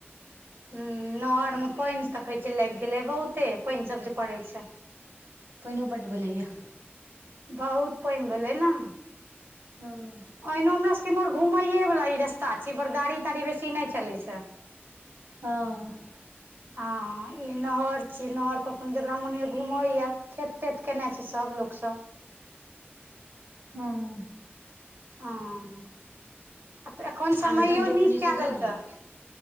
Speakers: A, on the right; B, on the right.
A: हुं नहर में पानि देखे छै लागि गेले बहुते पाइन सब जे पड़े छै।
B: पइनो बड भेलैय या।
A: बहुत पानि भेलै ने
B: हँ।
A: पहिनो हमरा सबबके इम्हर घुमयएवला ई रस्ता छै इमहर गाड़ी ताड़ी बेसी नहि चलै छै।
B: हँ।
A: हँ ई नहर छीयै नहर पर अपन जकरा मोन होए घूमैया खेत तेत केने छै सब लोक सब।
B: हुं
A: हह आ तऽ एखन समयो
B: आब धान रोपनी
A: नीक
B: सब
A: कए
B: एकदम
A: देलकै।
B: भए गेल